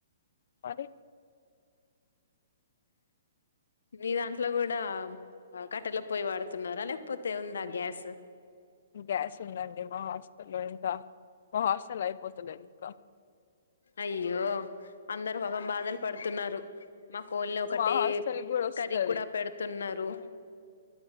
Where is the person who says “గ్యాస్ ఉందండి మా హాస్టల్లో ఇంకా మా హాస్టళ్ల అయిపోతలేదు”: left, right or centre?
Left